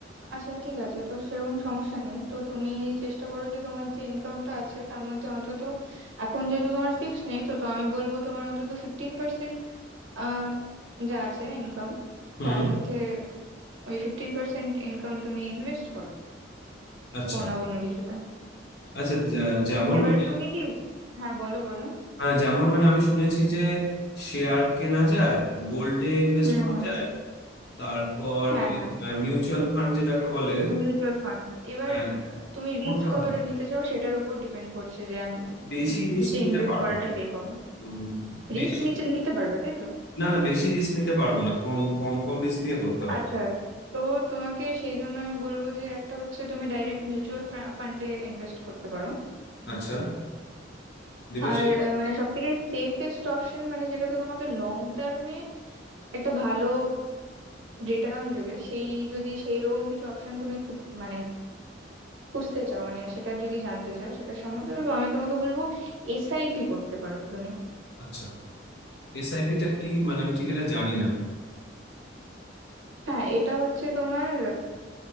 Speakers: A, on the right; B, on the left.
A: আচ্ছা ঠিক আছে তো সেরকম সমস্যা নেই তো তুমি চেষ্টা করো যে তোমার যে ইনকামটা আছে তার মধ্যে অন্তত এখন যেহেতু তোমার ফিক্স নেই তো তো আমি বলবো তোমার অন্তত ফিফটিন পার্সেন্ট আহ যা আছে ইনকাম
B: হুম
A: তার মধ্যে ওই ফিফটিন পার্সেন্ট ইনকাম তুমি ইনভেস্ট করো
B: আচ্ছা
A: কোনো না কোনো কিছুতে
B: আচ্ছা যে- যেমন
A: এবার
B: মানে
A: তুমি কি হ্যাঁ বলো বলো
B: হ্যাঁ যেমন মানে আমি শুনেছি যে শেয়ার কেনা যায় গোল্ডে ইনভেস্ট
A: হুম
B: করা
A: হুম
B: যায় তারপর
A: হ্যাঁ
B: ওই
A: হ্যাঁ
B: মিউচুয়াল ফান্ড যেটাকে বলে
A: Mutual fund এবার
B: হ্যাঁ
A: তুমি
B: কোনটা
A: রিস্ক কতটা
B: ভালো
A: নিতে চাও সেটার উপর ডিপেন্ড করছে যে আমি
B: বেশি
A: উম,
B: রিস্ক
A: কিসে
B: নিতে
A: ইনভেস্ট
B: পারবো
A: করাটা সেফ হবে
B: উম,
A: রিস্ক
B: বেশি
A: নিতে পারবে তাই তো
B: না না বেশি রিস্ক নিতে পারবো না কম কম কম রিস্ক নিয়ে করতে হবে
A: আচ্ছা তো তোমাকে সেই জন্য আমি বলবো যে একটা হচ্ছে তুমি ডাইরেক্ট মিউচুয়াল ফান্ডে ইনভেস্ট করতে পারো
B: আচ্ছা দেবাশে
A: আর আহ, মানে সব থেকে সেফেস্ট অপশন মানে যেটাতে তোমাকে লং টার্মে একটা ভালো রিটার্ন দেবে সেই যদি সেই রকম কিছু অপশন তুমি খুব মানে খুঁজতে চাও মানে সেটা যদি জানতে চাও সেটা সম্বন্ধে তো আমি তোমাকে বলবো এসআইপি করতে পারো তুমি
B: আচ্ছা এসআইপি টা কি মানে আমি ঠিক এটা জানি না
A: হ্যাঁ এটা হচ্ছে তোমার